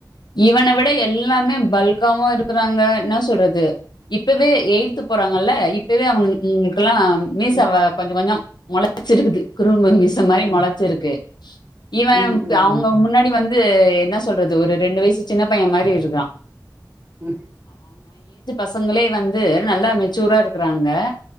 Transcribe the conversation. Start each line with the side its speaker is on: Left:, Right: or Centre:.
Left: இவன விட எல்லாமே பல்காவு இருக்கறாங்க என்ன சொல்றது இப்பவே எயி்த் போறாங்கல்ல இப்பவே அவனுங்களுக்கெல்லா மீச
Right: ம்
Left: கொஞ்ச கொஞ்சம் முளச்சிருக்குது குரும்பு மீச மாரி
Right: ம்
Left: மொளச்சிருக்கு இவன்
Right: ம் ம் ம்
Left: அவங்க
Right: ம்
Left: முன்னாடி வந்து என்னா சொல்றது ஒரு ரெண்டு வயசு சின்ன பைய மாரி இருக்குறா
Right: உ
Left: பசங்களே வந்து நல்லா மெச்சூரா இருக்கிறாங்க